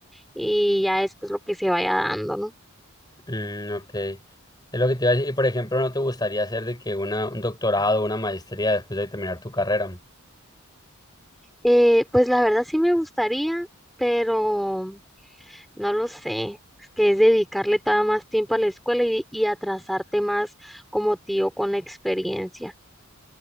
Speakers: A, in the centre; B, on the left (about 20°).
A: y ya es pues lo que se vaya dando, ¿no?
B: Mm, ok. Es lo que te iba a decir. Y por ejemplo, ¿no te gustaría hacer de que una, un doctorado, una maestría después de terminar tu carrera?
A: Eh, pues la verdad sí me gustaría, pero no lo sé. Es que es dedicarle todavía más tiempo a la escuela y, y atrasarte más como tío con la experiencia.